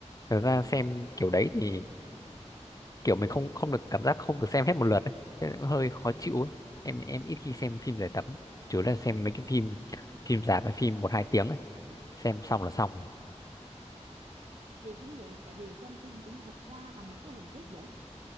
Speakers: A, on the left; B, on the right.
A: thật ra xem kiểu đấy thì kiểu mình không không được cảm giác không được xem hết một lượt ấy thế là cũng hơi khó chịu ấy. em em ít khi xem phim giải tập chủ yếu là xem mấy cái phim phim rạp hay phim một hai tiếng ấy. xem xong là xong
B: thì cũng vậy tại vì xem phim cũng thật ra là một cái hình thức giải